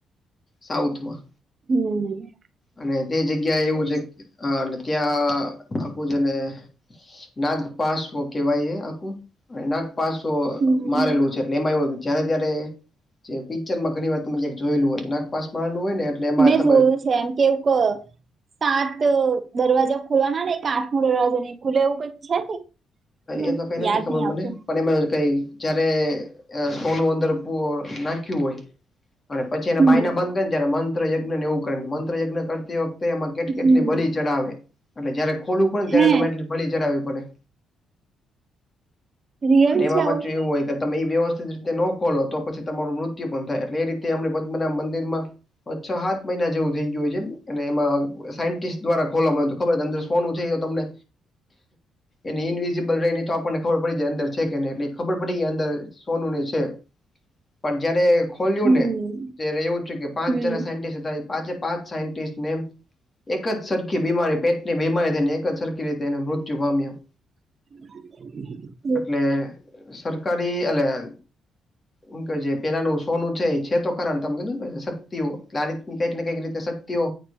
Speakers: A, on the left; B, on the right.
A: સાઉથમાં
B: હમ્મ.
A: અને તે જગ્યા એવું છે, અ ત્યાં આપું છે ને. નાગ પાસવ કેવાય એ, આખું નાગ. પાસો
B: હમ
A: મારેલું છે, એટલે એમાં એવું. જયારે ત્યારે જે પિક્ચર માં ઘણી વાર તમે જોયેલું હોય. પાસમાર નો હોય. ને એટલે એમાં
B: મેં
A: તમે
B: જોયું છે, એમ કે એવું ક સાત દરવાજા ખુલવાના ને, કે આઠમો દરવાજો નઈ ખુલે એવું કઈક છે ને. હમ
A: એ તો કઈ નથી
B: યાદ
A: ખબર,
B: નહી આવતું
A: મને પણ એમાં કઈ. જયારે અ સોનું પુ અંદર નાખ્યું હોય. અને પછી એના
B: હમ
A: બાયના બંધ કરીને, ત્યારે મંત્ર યગ્ન ને એવું કરે ને, મંત્રયજ્ઞ કરતી વખતે. એમાં કેટલી કેટલી
B: હમ
A: બળી ચડાવે, એટલે જયારે ખોલું પડેને, ત્યારે
B: હે
A: તમારે એટલી બળી ચડાવવી પડે.
B: રિયલ
A: અને એમાં
B: છે આવું
A: પાછું, એવું હોય કે તમે એ વ્યવસ્થિત રીતે નો ખોલો તો, પછી તમારું મૃત્યુ પણ થાય, એટલે એ રીતે એમ પદ્મનાભ મંદિરમાં પાંચ-છ-સાત મહિના જેવું થઈ ગયું હોય છે, એ અને એમાં સાયન્ટિસ્ટ દ્વારા ખોલવાવામાં આયુ હતું. ખબર અંદર સોનું છે, તમને એની ઈનવીજ જે બગડે નહી તો, આપણને ખબર પડી જાય, અંદર છે કે નહી, એટલે ખબર પડી કે, અંદર સોનું ની છે. પણ જયારે ખોલ્યું
B: હમ
A: ને, ત્યારે એવું થયુ કે, પાંચ
B: હમ
A: જણા સાયન્ટિસ્ટ હતા એ. પાંચે-પાંચ સાયન્ટિસ્ટને. એક જ સરખી બીમારી પેટની બીમારી થઈને, એક જ સરખી રીતે એને મૃત્યુ પામ્યો.
B: <unintelligible>
A: એટલે સરકારી અલ્યા હું કે, જે પેલાનું સોનું ચેન્જ. છે, તો ખરા તમે કીધું ને પછી શક્તિઓ આ રીતની કઈકને, કઈક એવી રીતે શક્તિઓ